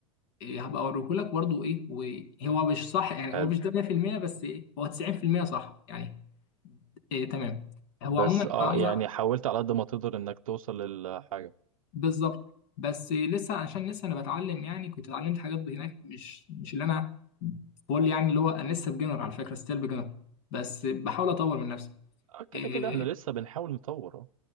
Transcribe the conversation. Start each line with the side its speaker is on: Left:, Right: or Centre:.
Left: إيه، هبقى اوريه لك برضو ايه وهو مش صح يعني
Right: حلو
Left: هو مش ده 100% بس إيه هو 90% صح يعني إيه تمام هو
Right: بس
Left: عموما
Right: اه
Left: انا عاوز
Right: يعني
Left: أ-
Right: حاولت على قد ما تقدر انك توصل للحاجة
Left: بالظبط بس إيه، لسه عشان لسه انا بتعلم يعني كنت اتعلمت حاجات هناك مش مش اللي انا بقول يعني اللي هو انا لسه بجنر على فكره ستيل بجنر بس بحاول اطور من نفسي
Right: آه، كده
Left: إيه،
Right: كده احنا لسه بنحاول نطور اه